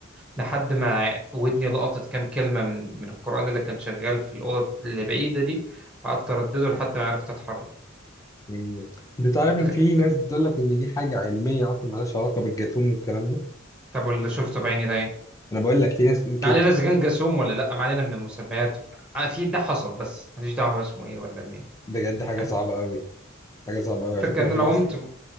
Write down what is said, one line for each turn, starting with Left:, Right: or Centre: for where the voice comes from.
Centre: لحد ما ودني لقطت كام كلمة من من القرآن اللي كان شغال في الأوضة اللي بعيدة دي وقعدت أردده لحد ما عرفت أتحرك
Left: مم. انت عارف
Centre: كنت
Left: ان
Centre: خايف
Left: في ناس بتقول لك ان دي حاجه علميه اصلا مالهاش علاقه بالجاثوم والكلام ده
Centre: طب واللي شفته بعيني ده إيه؟
Left: انا بقول لك في ناس بتقول كده
Centre: ما علينا إذا كان جاسوم ولا لأ ما علينا من المسميات آه، في ده حصل بس ماليش دعوة هو اسمه إيه ولا منين
Left: بجد حاجة
Centre: أنت فاهم
Left: صعبة أوي حاجة صعبة أوي
Centre: الفكرة
Left: على فكرة
Centre: إن
Left: في
Centre: أنا
Left: ناس
Centre: قمت